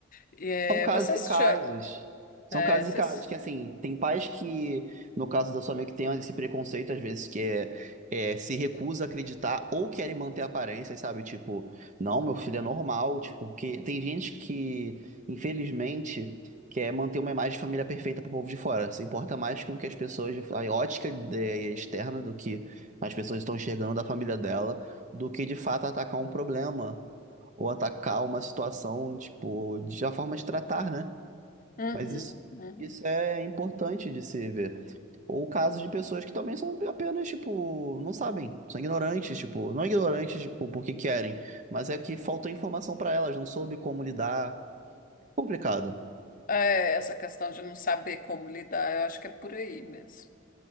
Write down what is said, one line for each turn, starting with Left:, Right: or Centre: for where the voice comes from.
Left: E, é,
Right: São casos
Left: você assistiu.
Right: e casos.
Left: É,
Right: São casos
Left: você...
Right: e casos.
Left: ass-
Right: Que assim, tem pais que, no caso da sua amiga, que tem esse preconceito, às vezes, que é, é, se recusa a acreditar ou querem manter aparências, sabe? Tipo, não, meu filho é normal. Tipo, porque tem gente que, infelizmente, quer manter uma imagem de família perfeita pro povo de fora. Se importa mais com o que as pessoas, a ótica é, externa do que as pessoas estão enxergando da família dela, do que de fato atacar um problema ou atacar uma situação, tipo, de a forma de tratar, né?
Left: Uhum,
Right: Mas isso,
Left: uhum.
Right: isso é importante de se ver. Ou casos de pessoas que também são apenas, tipo, não sabem, são ignorantes, tipo, não ignorantes, tipo, porque querem, mas é que faltou informação pra elas, não soube como lidar. É complicado.
Left: É, essa questão de não saber como lidar, eu acho que é por aí mesmo.